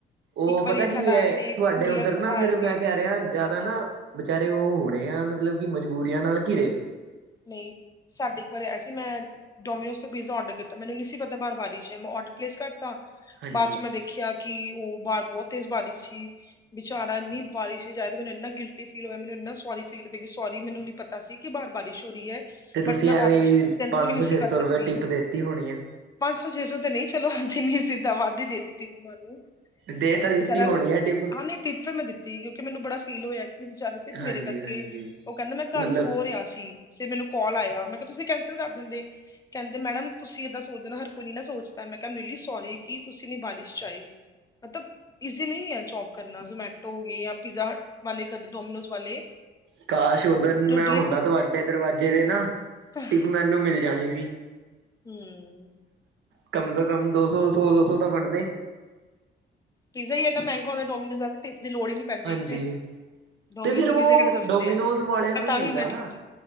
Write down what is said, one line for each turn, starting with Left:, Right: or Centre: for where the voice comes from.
Right: ਉਹ
Left: ਇੱਕ ਵਾਰੀ
Right: ਪਤਾ ਕੀ
Left: ਸਾਡਾ
Right: ਹੈ,
Left: ਆਇਆ ਸੀ
Right: ਤੁਹਾਡੇ
Left: ਕੁਰੀਅਰ
Right: ਉੱਧਰ ਨਾ
Left: ਆਇਆ
Right: ਫੇਰ
Left: ਸੀ
Right: ਮੈਂ ਕਹਿ ਰਿਹਾ ਜ਼ਿਆਦਾ ਨਾ ਵਿਚਾਰੇ ਉਹ ਹੋਣੇ ਆ ਮਤਲਬ ਕਿ ਮਜਬੂਰੀਆਂ ਨਾਲ ਘਿਰੇ
Left: ਨਹੀਂ ਸਾਡੇ ਇੱਕ ਵਾਰੀ ਆਇਆ ਸੀ ਮੈਂ ਡੋਮੀਨੋਸ ਤੋਂ ਪੀਜ਼ਾ ਰਡਰ ਕੀਤਾ। ਮੈਨੂੰ ਨਹੀਂ ਸੀ ਪਤਾ ਬਾਰ ਵਾਰੀਸ਼ ਮੈਂ ਰਡਰ ਪਲੇਸ ਕਰਤਾ।
Right: ਹਾਂਜੀ
Left: ਬਾਅਦ ਚ ਮੈਂ ਦੇਖ ਖਿਆ ਕਿ ਉਹ ਬਾਹਾਰ ਬਹੁਤ ਤੇਜ਼ ਬਾਰਿਸ਼ ਸੀ। ਵਿਚਾਰਾ ਇੰਨੀ ਬਾਰਿਸ਼ ਵਿੱਚ ਆਇਆ ਮੈਨੂੰੰ ਏਨਾ ਗਿਲਟੀ ਫੀਲ ਹੋਇਆ, ਮੈਨੂੰ ਇੰਨਾ ਸੋਰੀ ਫੀਲ ਕੀਤਾ ਕਿ ਸੋਰੀ ਮੈਨੂੰ ਨੀ ਪਤਾ ਸੀ ਕਿ ਬਾਹਰ ਬਾਰਿਸ਼ ਹੋ ਰਹੀ ਐ।
Right: ਤੇ ਤੁਸੀਂ
Left: ਬਟ ਮੈਂ
Right: ਐਵੇਂ
Left: ਓਡਰ
Right: ਈ
Left: ਕੈਂਸਲ
Right: ਪੰਜ
Left: ਵੀ ਨੀ
Right: ਸੌ ਛੇ
Left: ਸੀ ਕਰ
Right: ਸੌ ਰੁਪਏ
Left: ਸਕਦੀ।
Right: ਟਿਪ ਦੇਤੀ ਹੋਣੀ ਆ।
Left: ਪੰਜ ਸੌ-ਛੇ ਸੌ ਤੇ ਨਈ ਚਲੋ ਹਾਂਜੀ ਨੀ ਸਿੱਧਾ ਵਾੱਧ ਈ ਦੇ ਦਿੱਤੀ ਮਾਨੰ ਨੂੰ।
Right: ਦੇ
Left: ਓ
Right: ਤਾਂ ਦਿੱਤੀ
Left: ਵਚਾਰਾ
Right: ਹੋਣੀ
Left: ਸ
Right: ਆ ਟਿਪ
Left: ਹਾਂ ਨਈ ਟਿਪ ਤਾਂ ਮੈਂ ਦਿੱ ਤੀ ਕਿਉਂਕਿ ਮੈਨੂੰ ਬੜਾ ਫੀਲ ਹੋਇਆ ਕਿ ਵਚਾਰੇ ਸਿਰਫ
Right: ਹਾਂਜੀ
Left: ਮੇਰੇ ਕਰਕੇ
Right: ਹਾਂਜੀ।
Left: ਓ ਕੈਂਦੇ ਮੈਂ ਘਰ
Right: ਮਤਲਬ
Left: ਸੋ ਰਿਆ ਸੀ। ਫੇ ਮੈਨੂੰ ਕੌਲ ਆਇਆ ਮੈਂ ਕਿਆ ਤੁਸੀ ਕੈਂਸਲ ਕਰ ਦਿੰਦੇ। ਕੈਂਦੇ ਮੈਡਮ ਤੁਸੀ ਏਦਾਂ ਸੋਚਦੇ ਨਾਂ ਹਰ ਕੋਈ ਨੀ ਨਾ ਸੋਚਦਾ। ਮੈਂ ਕਿਆ ਆਈ ਐਮ ਰਿਅਲੀ ਸੋਰੀ ਕੀ ਤੁਸੀ ਇਨੀ ਬਾਰਿਸ਼ 'ਚ ਆਏ। ਮਤਬ ਇਜ਼ੀ ਨਈ ਐ ਜੋਬ ਕਰਨਾ ਜ਼ੋਮੈਟੋ ਹੋ ਗੇ ਯਾਂ ਪੀਜ਼ਾ ਹਟ ਵਾਲੇ ਕਡ ਡੋਮੀਨੋਜ਼ ਵਾਲੇ
Right: ਕਾਸ਼ ਓਦਨ
Left: ਜੋ
Right: ਮੈਂ ਹੁੰਦਾ ਤੁਆਡੇ ਦਰਵਾਜੇ ਦੇ ਨਾ
Left: ਤਾਂ
Right: ਟਿਪ ਮੈਨੂੰ ਮਿਲ ਜਾਣੀ ਸੀ।
Left: ਹਮ
Right: ਕਮ ਸੇ ਕਮ ਦੋ ਸੌ ਸਵਾ ਦੋ ਸੌ ਤਾਂ ਬਣਦੇ।
Left: ਪੀਜ਼ਾ ਈ ਏਨਾਂ ਮੈਂਗਾ ਹੋਂਦੈ ਡੋਮੀਨੋਜ਼ <unintelligible> ਟਿਪ ਦੀ ਲੋੜ ਈ ਨੀ ਪੈਂਦੀ।
Right: ਹਾਂਜੀ
Left: ਡੋਮਿਨੋਜ਼
Right: ਤੇ ਫਿਰ
Left: ਦੇ
Right: ਉਹ
Left: ਪੀਜ਼ੇ ਕੇੜੇ ਸਸਤੇ
Right: ਡੋਮੀਨੋਜ਼
Left: ਐ
Right: ਵਾਲਿਆਂ
Left: ਬ
Right: ਨੂੰ
Left: ਤਾਂ
Right: ਹੀ ਮਿਲਦਾ
Left: ਵੀ ਮੈਂ
Right: ਨਾ।
Left: ਟਿਪ ਦਿੱ